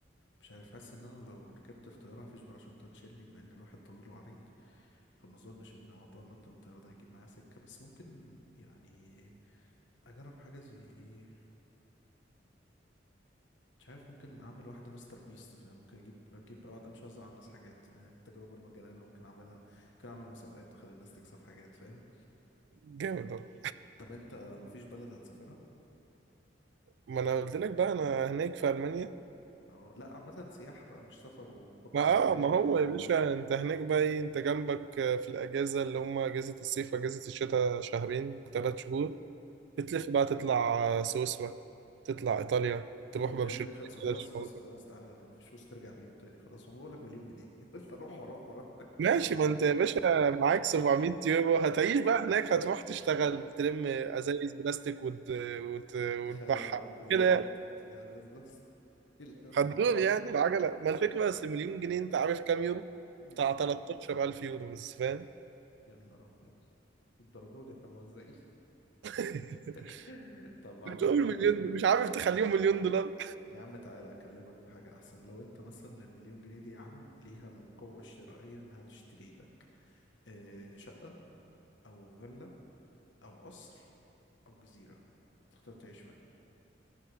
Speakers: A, on the left; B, on the right.
A: مش عارف حاسس ان انا لو ركبت في طياره مفيش باراشوت هتشيلني بما ان الواحد طويل وعريض فما اظنش ان موضوع النط من الطياره ده هيجيب معايا سكه بس ممكن يعني اجرب حاجه زي ايه مش عارف ممكن اعمل واحده مستر بيست فاهم ممكن اجيب اجيب اقعد امشي اوزع على الناس حاجات يعني دي التجربه المجانيه اللي ممكن اعملها ممكن اعمل مسابقات واخلي الناس تكسب حاجات فاهم
B: <laughs> جامد والله.
A: طب انت مفيش بلد هتسافرها
B: ما انا قلت لك بقى انا هناك في المانيا
A: اه لا عامه سياحه بقى مش سفر وخطه
B: ما
A: منهجيه
B: اه ما هو يا باشا انت هناك بقى ايه انت جنبك آه، في الاجازه اللي هم اجازه الصيف واجازه الشتاء شهرين ثلاث شهور بتلف بقى تطلع آه، سويسرا تطلع ايطاليا تروح
A: يا عم المليون
B: برشلونه
A: جنيه خلصوا بس بس
B: كده
A: خلاص تعالى طب مفيش فلوس ترجع بيهم تاني خلاص ما بقول لك مليون جنيه <laughs> قلت اروح واروح واروح
B: ماشي ما انت يا باشا معاك 700 يورو هتعيش بقى هناك هتروح تشتغل تلم ازايز بلاستيك وت... وت... وتبعها
A: تخيل يبقى معاك مليون
B: كده
A: جنيه
B: يعني.
A: تروح تبيع ازاز بس <laughs> لما
B: هتدور
A: ده مرة.
B: يعني العجله ما الفكره اصل مليون جنيه انت عارف كام يورو
A: أمم،
B: بتاع 13000 يورو بس فاهم
A: يا نهار ابيض الدرجة دي احنا موزعين
B: <laughs>
A: <laughs> طب عامة
B: بتقول مليون مش عارف تخليهم مليون دولار
A: يا عم تعالى اكلمك في حاجة احسن لو انت مثلا المليون جنيه دي يا عم ليها القوة الشرائية انها تشتري لك آه، شقة او فيلا او قصر او جزيرة تختار تعيش في أنهي؟